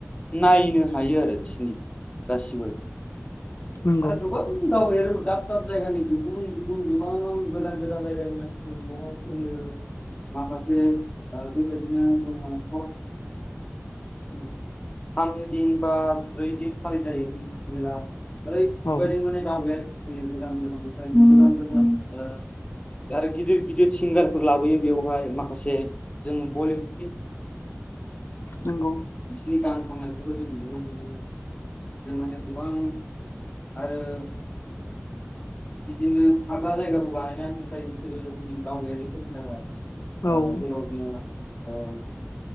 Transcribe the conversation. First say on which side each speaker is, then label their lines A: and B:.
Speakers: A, on the left; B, on the left.
A: नायनो हायो आरो बिसिनि गासिबो
B: नंगौ
A: आरो गोबाव <unintelligible> दाब दाब जायगानि गुबुन गुबुन गोबांआव गोदान गोदान जायगानि मानसिफोर बेयावहाय फैयो। माखासे ओ बेबायदिनो जोंनाथ' ओ <unintelligible> बा ब्रैदिन खालि जायो बे <unintelligible> <unintelligible>
B: औ
A: आरो गिदिर गिदिर सिंगारफोर लाबोयो बेवहाय माखासे जोंङो बलि <unintelligible>
B: नंगौ
A: बिसिनि गान खननायखौथ' जों नुनो मोनो जों माने गोबां आरो इदिनो हाग्रा जायगाखौ बानायनानै <unintelligible> ओ
B: औ
A: <unintelligible> ओ